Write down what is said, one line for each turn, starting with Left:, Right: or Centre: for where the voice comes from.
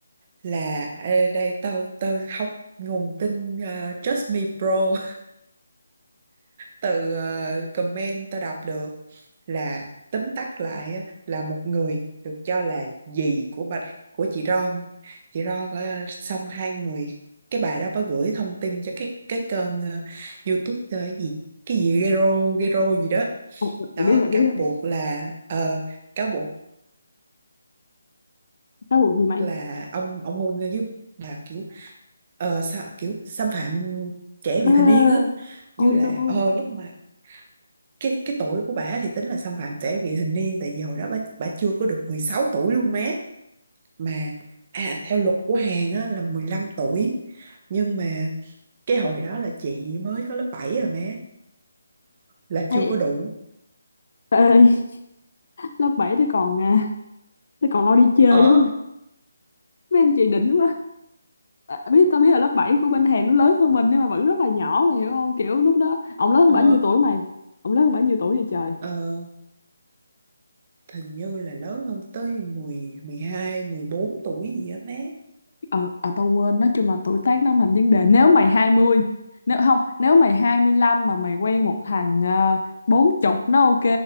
Right: là ờ, đây tao tao học nguồn tin ờ, Trust Me Pro từ ờ, comment tao đọc được là tóm tắt lại á, là một người được cho là dì của bạch của chị Ron chị Ron ờ, xong hai người cái bà đó bà gửi thông tin cho cái cái kênh ờ, YouTube ờ, cái gì cái gì Gero Gero gì đó
Left: Ờ, ờ,
Right: đó
Left: ờ, biết rồi biết
Right: cáo
Left: rồi
Right: buộc là ờ, cáo buộc
Left: cáo buộc gì mày
Right: là ông ông hôn với bà kiểu ờ, sao, kiểu xâm phạm trẻ vị
Left: à,
Right: thành niên á với
Left: oh no
Right: lại ờ, lúc mà cái cái tuổi của bả thì tính là xâm phạm trẻ vị thành niên tại vì hồi đó bả bả chưa có được 16 tuổi luôn má mà à, theo luật của Hàn á, là mười lăm tuổi nhưng mà cái hồi đó là chị mới có lớp bảy rồi má là chưa
Left: ê,
Right: có đủ
Left: ê, <laughs> lớp 7 tôi còn à, tôi còn lo đi chơi
Right: ờ
Left: chứ mấy anh chị đỉnh quá à, biết tao biết là lớp 7 của bên Hàn nó lớn hơn mình nhưng mà vẫn rất là nhỏ mày hiểu không kiểu lúc đó ông lớn hơn
Right: ờ
Left: bao nhiêu tuổi mày ông lớn hơn bao nhiêu tuổi vậy trời
Right: ờ hình như là lớn hơn tới mười mười hai mười bốn tuổi gì á má
Left: ờ à, tao quên nói chung là tuổi tác nó thành vấn đề nếu mày hai mươi nếu không nếu mày 25 mà mày quen một thằng ờ, bốn chục nó ok